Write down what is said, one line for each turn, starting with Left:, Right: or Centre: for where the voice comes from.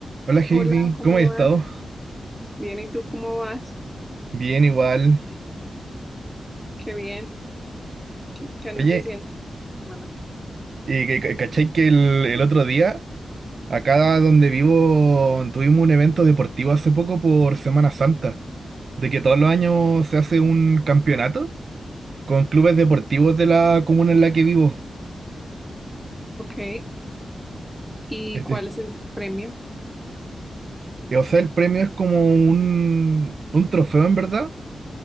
Right: Hola Heidi,
Centre: Hola, ¿cómo
Right: ¿cómo has estado?
Centre: vas? Bien, ¿y tú cómo vas?
Right: Bien, igual.
Centre: Qué bien. ¿Qué, qué andas
Right: Oye,
Centre: haciendo esta semana?
Right: eh, que- que- ¿cachai que el, el otro día, acá donde vivo, tuvimos un evento deportivo hace poco por Semana Santa, de que todos los años se hace un campeonato con clubes deportivos de la comuna en la que vivo?
Centre: Ok. ¿Y
Right: Este,
Centre: cuál es el premio?
Right: o sea, el premio es como un, un trofeo en verdad